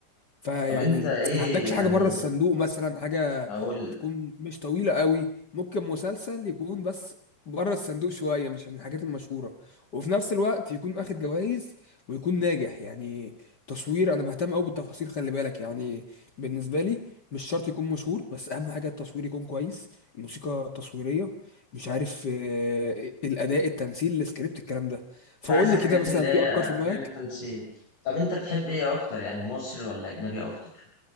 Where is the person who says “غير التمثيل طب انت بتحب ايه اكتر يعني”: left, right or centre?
Left